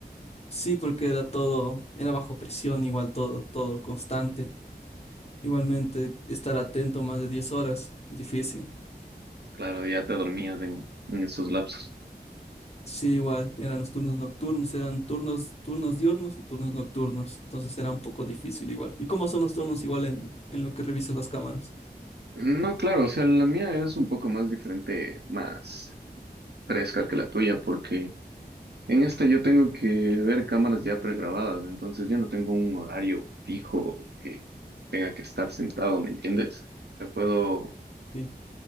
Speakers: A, on the left; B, on the right.
A: Sí, porque era todo, era bajo presión, igual todo, todo constante. Igualmente, estar atento más de 10 horas, difícil.
B: Claro, ya te dormías en, en esos lapsos.
A: Sí, igual, eran los turnos nocturnos, eran turnos, turnos diurnos y turnos nocturnos. Entonces era un poco difícil igual. ¿Y cómo son los turnos igual en, en lo que revisas las cámaras?
B: No, claro, o sea, la mía es un poco más diferente, más fresca que la tuya, porque en esta yo tengo que ver cámaras ya pregrabadas, entonces yo no tengo un horario fijo que tenga que estar sentado, ¿me entiendes? O sea, puedo,
A: Sí.